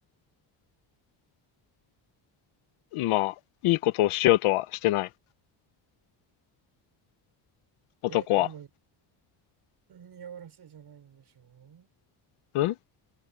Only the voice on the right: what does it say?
え、でも、嫌がらせじゃないんでしょう